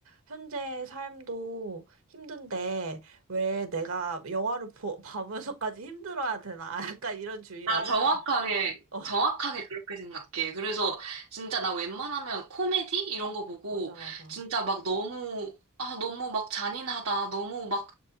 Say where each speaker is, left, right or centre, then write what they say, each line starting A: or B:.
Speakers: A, on the right; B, on the right.
A: 현재 삶도 힘든데 왜 내가 영화를 보, <laughs> 봐면서까지 힘들어야 되나? <laughs> 약간 이런 주의라서.
B: 나 정확하게,
A: <laughs>
B: 정확하게 그렇게 생각해. 그래서 진짜 나 웬만하면 코미디? 이런 거 보고
A: 어, 맞아, 맞아.
B: 진짜 막 너무, 아, 너무 막 잔인하다. 너무 막